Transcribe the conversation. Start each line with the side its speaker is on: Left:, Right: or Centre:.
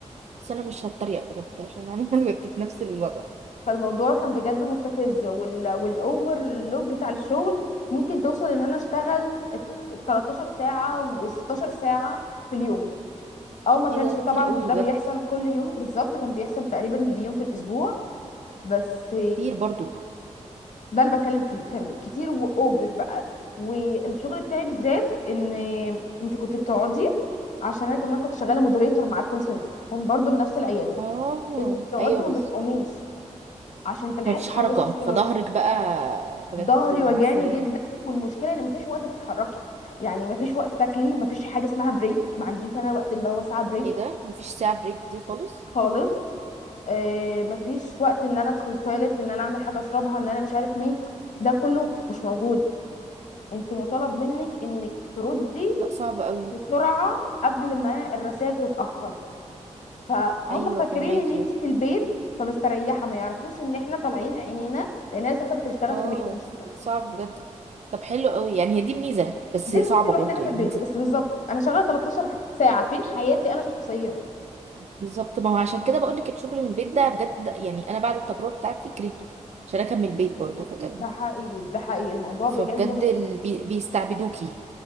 Right: بس انا مش هتريق بجد عشان انا <laughs> كنت في نفس الوضع
Left: فالموضوع كان بجد مستفز وال... والاوفر لود بتاع الشغل ممكن توصل ان انا اشتغل 13 ساعة و16 ساعة في اليوم او ما كانش
Right: ايه ده
Left: طبعا
Right: كتير قوي
Left: ده
Right: بجد
Left: بيحصل كل يوم بالظبط كان بيحصل تقريبا يجي يوم في الاسبوع بس
Right: كتير برضو
Left: ده اللي بتكلم فيه كان كتير واوفر بقى والشغل بتاعي بالذات ان انت كنت بتقعدي عشان انا كمان كنت شغاله مودريتور مع الكول سنتر كان برضو لنفس العياده
Right: اه
Left: انت بتقعدي
Right: ايوه
Left: ما
Right: بس
Left: بتقوميش عشان تلحقي
Right: مفيش
Left: تخلصي
Right: حركة
Left: الشغل
Right: فظهرك
Left: وريسه
Right: بقى بجد
Left: ظهري
Right: مع
Left: وجعني
Right: السلامة
Left: جدا
Right: كده
Left: والمشكله ان مفيش وقت تتحركي يعني مفيش وقت تاكلي مفيش حاجه اسمها بريك ما عنديش انا وقت اللي هو ساعه بريك
Right: ايه ده مفيش ساعة بريك دي خالص
Left: خالص آه، مفيش وقت ان انا ادخل التويليت ان انا اعمل حاجه اشربها ان انا مش عارف مين ده كله مش موجود انت مطالب منك انك تردي
Right: لا صعب قوي
Left: بسرعة قبل ما الرسائل تتأخر فهم
Right: ايوه
Left: فاكرين
Right: فهماكي
Left: ان انت في البيت فمستريحة ما يعرفوش ان احنا طالعين عينينا لان انا ساعتها كنت بشتغل
Right: اه
Left: في بيت مش في شركة
Right: صعب بجد طب حلو قوي يعني هي دي الميزة بس
Left: دي
Right: صعبة
Left: الميزة الوحيدة
Right: برضو
Left: انا في
Right: يعني
Left: البيت
Right: انت
Left: بس بالظبط انا شغالة 13 ساعة فين حياتي انا الشخصية
Right: بالظبط ما هو عشان كده بقولك الشغل من البيت ده بجد يعني انا بعد التجربة بتاعتي كرهته عشان انا كان من البيت برضو فكان
Left: ده حقيقي ده حقيقي الموضوع
Right: فبجد
Left: بجد مستفز
Right: ال- بي- بيستعبدوكي